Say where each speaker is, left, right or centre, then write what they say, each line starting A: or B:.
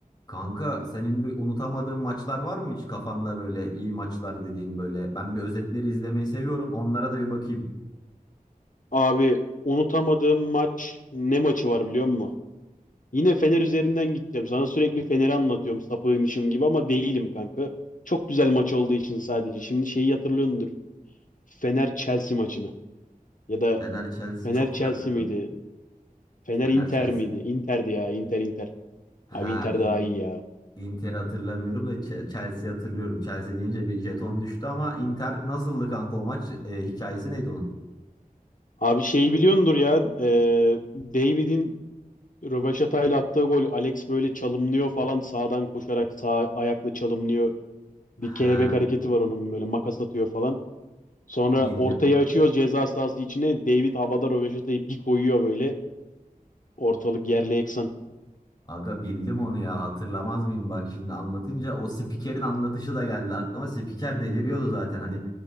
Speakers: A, on the left; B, on the left.
A: Kanka senin bir unutamadığın maçlar var mı hiç kafanda böyle iyi maçlar dediğin böyle? Ben bir özetleri izlemeyi seviyorum. Onlara da bir bakayım.
B: Abi unutamadığım maç ne maçı var biliyor musun? Yine Fener üzerinden gideceğim. Sana sürekli Fener'i anlatıyorum sapığıymışım gibi ama değilim kanka. Çok güzel maç olduğu için sadece. Şimdi şeyi hatırlıyordur. Fener Chelsea maçını. Ya da
A: Fener Chelsea
B: Fener
A: çok
B: Chelsea
A: iyi hatırlıyorum.
B: miydi? Fener
A: Fener
B: Inter
A: Chelsea.
B: miydi? Inter'di ya. Inter Inter.
A: Ha
B: Abi Inter
A: in,
B: daha iyi ya.
A: Inter hatırlamıyorum da Ch- Chelsea hatırlıyorum. Chelsea deyince bir jeton düştü ama Inter nasıldı kanka o maç? E, hikayesi neydi onun?
B: Abi şeyi biliyordur ya. E, David'in rövaşatayla attığı gol. Alex böyle çalımlıyor falan. Sağdan koşarak sağ ayakla çalımlıyor. Bir
A: Ha
B: kelebek hareketi var onun böyle makas atıyor falan. Sonra
A: bildim.
B: ortayı açıyor ceza sahası içine. David havada röveşatayı bir koyuyor böyle. Ortalık yerle yeksan.
A: Aga bildim onu ya hatırlamaz mıyım bak şimdi anlatınca o spikerin anlatışı da geldi aklıma. Spiker deliriyordu zaten hani